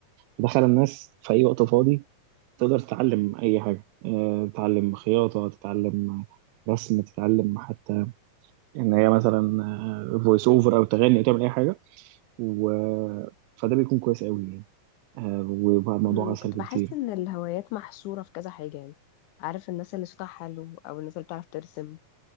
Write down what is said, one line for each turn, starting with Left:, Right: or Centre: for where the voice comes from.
Right: فدخل الناس في اي وقت فاضي تقدر تتعلم اي حاجه آه تتعلم خياطه تتعلم رسم تتعلم حتى ان هي مثلا فويس اوفر او تغني او تعمل اي حاجه و فده بيكون كويس قوي يعني آه وبقى الموضوع
Left: مم،
Right: اسهل
Left: كنت
Right: بكتير
Left: بحس ان الهوايات محصورة في كذا حاجة يعني عارف الناس اللي صوتها حلو او الناس اللي بتعرف ترسم